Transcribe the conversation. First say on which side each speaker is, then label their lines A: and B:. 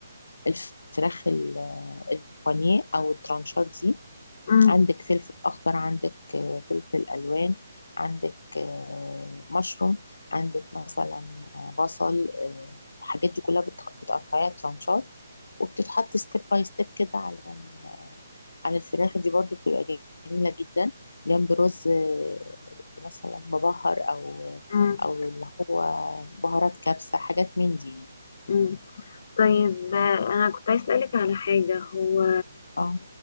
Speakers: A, on the left; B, on the left.
A: الفراخ ال- البانيه او الترانشات دي
B: مم،
A: عندك فلفل اخضر عندك آه، فلفل الوان عندك آه، مشروم عندك مثلا آه، بصل آه، الحاجات دي كلها بتخ- بتقطعيها ترانشات وبتتحط ستيب باي ستيب كده على ال- على الفراخ دي برضو بتبقى جميله جدا جنب رز آه، مثلا مبهر او
B: مم،
A: او اللي هو بهارات كبسه حاجات من دي يعني
B: مم. طيب آه، انا كنت عايز اسالك على حاجه هو
A: اه